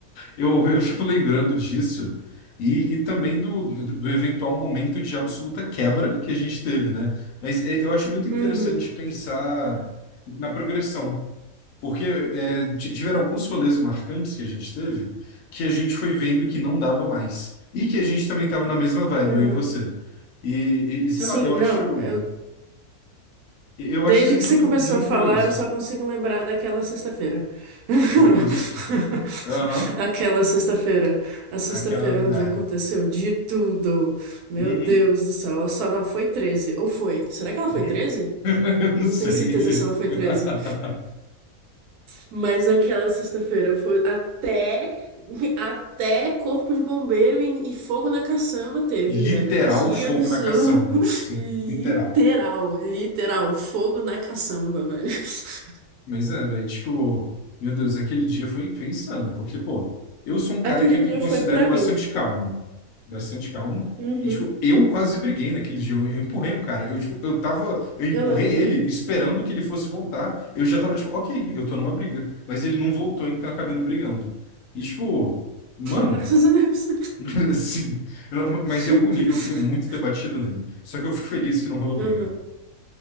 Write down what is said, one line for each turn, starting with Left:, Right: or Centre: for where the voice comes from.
Left: eu, eu fico lembrando disso. E, e também do, do, do eventual momento de absoluta quebra que a gente teve, né? Mas é, eu acho muito interessante
Right: Uhum,
Left: pensar na progressão. Porque é, ti- tiveram alguns rolês marcantes que a gente teve que a gente foi vendo que não dava mais. E que a gente também estava na mesma vibe,
Right: uhum.
Left: eu e você. E, e- e, sei
Right: Sim,
Left: lá, eu acho.
Right: não, eu-
Left: Eu
Right: desde
Left: acho isso aí
Right: que
Left: tudo
Right: você começou
Left: muito
Right: a falar,
Left: curioso.
Right: eu só consigo lembrar daquela sexta-feira. <laughs>
Left: Justo. Aham.
Right: Aquela sexta-feira. A sexta-feira
Left: Aquela lendária.
Right: onde aconteceu de tudo. Meu
Left: Uhum.
Right: Deus do céu, ela só não foi 13? Ou foi? Será que ela foi
Left: <laughs>
Right: treze?
Left: Eu
Right: Eu
Left: não
Right: não
Left: sei.
Right: tenho certeza se ela foi
Left: <laughs>
Right: 13. Mas aquela sexta-feira foi até até corpo de bombeiro e, e fogo na caçamba teve,
Left: Literal
Right: velho. Que
Left: fogo
Right: absurdo.
Left: na caçamba. Sim,
Right: <laughs> Literal,
Left: literal.
Right: literal, fogo na caçamba, velho. <laughs>
Left: Mas é, velho, tipo, meu Deus, aquele dia foi, foi insano, porque, pô, eu sou um cara
Right: Aquele
Left: que eu
Right: dia
Left: me considero
Right: foi pra
Left: bastante
Right: mim.
Left: calmo, bastante calmo,
Right: Uhum,
Left: e, tipo, eu quase briguei naquele dia, eu, eu empurrei um cara, eu, tipo, eu tava, eu empurrei
Right: eu lembro.
Left: ele esperando que ele fosse voltar, eu já tava, tipo, ok, eu tô numa briga, mas ele não voltou, então eu acabei não brigando. E, tipo, mano,
Right: Graças a Deus.
Left: <laughs> assim, eu- mas
Right: <laughs>
Left: em algum nível eu queria muito ter batido nele, só que eu fico feliz que não rolou briga.
Right: Uhum,